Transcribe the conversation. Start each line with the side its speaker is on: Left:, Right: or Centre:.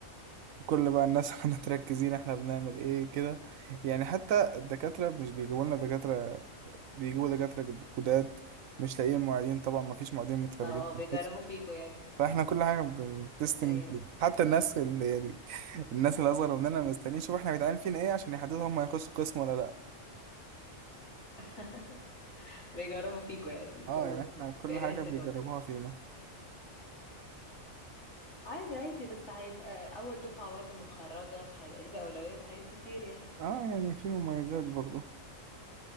Right: كل بقى الناس <laughs> احنا متركزين احنا بنعمل ايه كده يعني حتى الدكاترة مش بيجيبوا لنا دكاترة بيجيبوا دكاترة جداد مش لاقيين معيدين طبعا ما فيش معيدين متخرجين
Left: اه بيجربوا فيكوا يعني
Right: فاحنا كل حاجه بتستنج
Left: ايوه
Right: فيها. حتى الناس اللي يعني الناس اللي اصغر مننا مستنيين يشوفوا احنا بيتعمل فينا ايه عشان يحددوا هم هيخشوا قسم ولا لا
Left: <laughs> بيجربوا فيكوا يعني انتوا
Right: اه يعني احنا كل
Left: في قرينا
Right: حاجه
Left: التجارب
Right: بيجربوها فينا
Left: عادي عادي بس هيبقى اول دفعة برضو متخرجة فهيبقى ليك اولوية في حاجات كتير يعني
Right: اه يعني في مميزات برضو